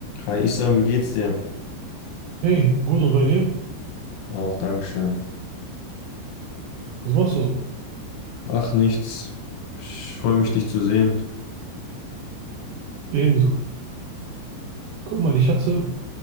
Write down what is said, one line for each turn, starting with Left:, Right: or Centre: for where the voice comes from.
Left: Hi Isam, wie geht's dir?
Right: Hey, gut und bei dir?
Left: Auch, Dankeschön.
Right: Was machst du so?
Left: Ach, nichts. Ich freue mich, dich zu sehen.
Right: Ebenso. Guck mal, ich hatte